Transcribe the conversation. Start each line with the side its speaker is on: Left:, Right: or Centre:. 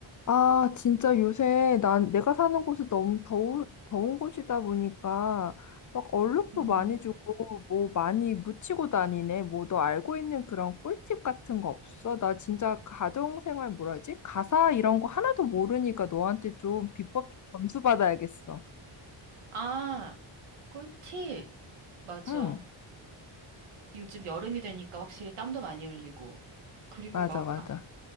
Left: 아, 진짜 요새 난 내가 사는 곳이 너무 더우, 더운 곳이다 보니까 막 얼룩도
Right: 음,
Left: 많이 주고 뭐 많이 묻히고 다니네. 뭐 너 알고 있는 그런 꿀팁 같은 거 없어? 나 진짜 가정생활 뭐라지? 가사 이런 거 하나도 모르니까 너한테 좀 비법 좀 점수 받아야겠어.
Right: 아, 꿀팁. 맞아.
Left: 응,
Right: 요즘 여름이 되니까 확실히 땀도 많이 흘리고. 그리고
Left: 맞아,
Right: 막,
Left: 맞아.